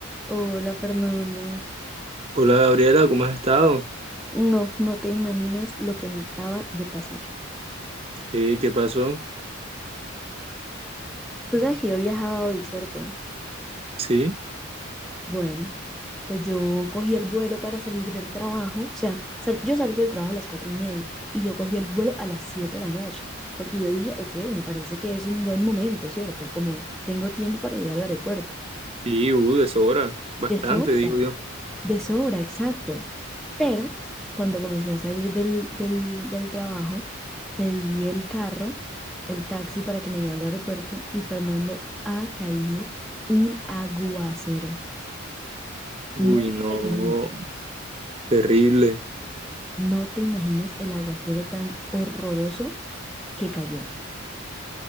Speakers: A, in the centre; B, on the right.
A: Hola Fernando.
B: Hola Gabriela, ¿cómo has estado?
A: No, no te imaginas lo que me acaba de pasar.
B: Eh, ¿qué pasó?
A: Tú sabes que yo viajaba hoy, ¿cierto?
B: Sí,
A: Bueno, pues yo cogí el vuelo para salir del trabajo. O sea, sal- yo salgo del trabajo a las cuatro y media y yo cogí el vuelo a las 7 de la noche porque yo dije, ok, me parece que es un buen momento, ¿cierto? Como tengo tiempo para llegar al aeropuerto.
B: sí, uh, deshora, bastante,
A: De sobra.
B: digo yo.
A: de sobra, exacto. Pero cuando comencé a salir del, del, del trabajo, pedí el carro, el taxi para que me llevara al aeropuerto y Fernando ha caído un aguacero.
B: Uy,
A: No
B: no,
A: te imaginas,
B: terrible.
A: no te imaginas el aguacero tan horroroso que cayó.